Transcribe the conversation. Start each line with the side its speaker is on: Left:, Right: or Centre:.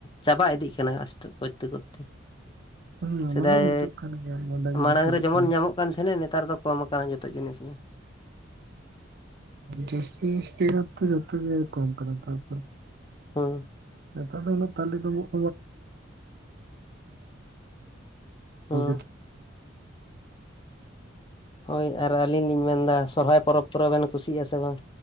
Left: ᱪᱟᱵᱟ ᱤᱫᱤᱜ ᱠᱟᱱᱟ ᱟᱥᱛᱮ ᱠᱚᱨᱛᱮ ᱠᱚᱨᱛᱮ᱾
Right: ᱦᱩᱸ ᱚᱱᱟ
Left: ᱥᱮᱫᱟᱭ
Right: ᱫᱚ ᱵᱩᱡᱷᱟᱹᱜ ᱠᱟᱱ ᱜᱮᱭᱟ ᱵᱟᱰᱟᱭ ᱤᱧ
Left: ᱢᱟᱲᱟᱝ
Right: ᱵᱩᱡᱷᱟᱹᱜ
Left: ᱨᱮ ᱡᱮᱢᱚᱱ
Right: ᱠᱟᱱᱟ
Left: ᱧᱟᱢᱚᱜ ᱠᱟᱱᱟᱜ ᱠᱟᱱ ᱛᱟᱦᱮᱱᱟ ᱱᱮᱛᱟᱨ ᱫᱚ ᱠᱚᱢ ᱟᱠᱟᱱᱟ ᱡᱚᱛᱚ ᱡᱤᱱᱤᱥ ᱜᱮ᱾
Right: ᱡᱟᱹᱥᱛᱤ <unintelligible> ᱡᱚᱛᱚ ᱜᱮ ᱠᱚᱢᱠᱟᱱᱟ ᱱᱮᱛᱟᱨ ᱫᱚ᱾
Left: ᱦᱩᱸ
Right: ᱱᱮᱛᱟᱨ ᱫᱤᱱ ᱫᱚ ᱛᱟᱞᱮ ᱰᱩᱵᱩᱜ
Left: ᱦᱩᱸ
Right: <unintelligible> <unintelligible>
Left: ᱦᱳᱭ ᱟᱨ ᱟᱹᱞᱤᱧ ᱞᱤᱧ ᱢᱮᱱᱫᱟ ᱥᱚᱨᱦᱟᱭ ᱯᱚᱨᱚᱵᱽ ᱠᱚᱨᱮ ᱵᱮᱱ ᱠᱩᱥᱤᱭᱜ-ᱟ ᱥᱮ ᱵᱟᱝ?